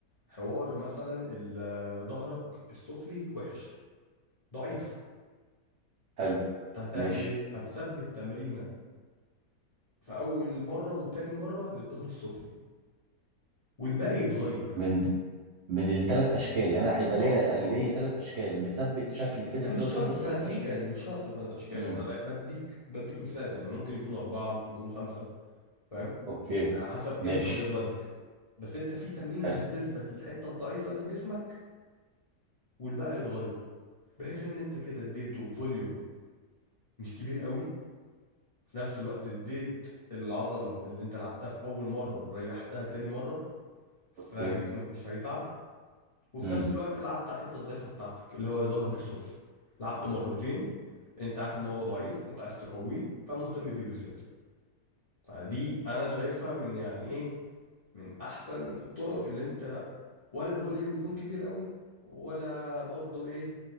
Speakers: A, on the left; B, on the right.
A: حوار مثلا ال- ظهرك السفلي وحش ضعيف
B: حلو
A: انت هتعمل
B: ماشي
A: ايه هتثبت تمرينه في اول مره وتاني مره للظهر السفلي والباقي يتغير
B: من من الثلاث اشكال يعني أنا هيبقى ليا
A: اه اه
B: ليا ثلاث اشكال مثبت شكل كده
A: لا
B: كده
A: مش
B: الظهر
A: شرط
B: السفلي
A: ثلاث اشكال مش شرط ثلاث اشكال
B: امم
A: يعني أنا ب- بديك بديك مثال يعني ممكن يكون اربعه ممكن يكونوا خمسه فاهم
B: اوكي
A: على حسب
B: ماشي
A: انت وجدولك بس انت في تمرينه
B: حلو
A: هتثبت للحته الضعيفه اللي في جسمك والباقي يتغير بحيث ان انت كده اديته فوليوم مش كبير قوي في نفس الوقت اديت العضله اللي انت لعبتها في اول مره ريحتها لتاني مره فجسمك
B: اوكي
A: مش هيتعب وفي
B: امم
A: نفس الوقت لعبت على الحته الضعيفه بتاعتك اللي هو ظهرك السفلي لعبته مرتين انت عارف ان هو ضعيف انت عايز تقويه فمهتم بيه بزياده فدي انا شايفها من يعني ايه من احسن الطرق اللي انت ولا فوليوم يكون كبير قوي ولا برضه ايه